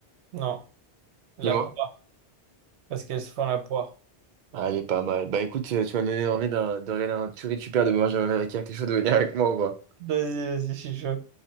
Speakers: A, on the right (about 80°); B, on the right (about 50°).
A: Non. La
B: dis-moi.
A: poire. Parce qu'elle se font la poire.
B: Ah, elle est pas mal. Bah écoute, euh, tu m'as donné envie d'un- de regarder un tuerie tu perds de Benjamin Villac. T'es chaud de venir avec moi ou pas?
A: Vas-y, vas-y, je suis chaud.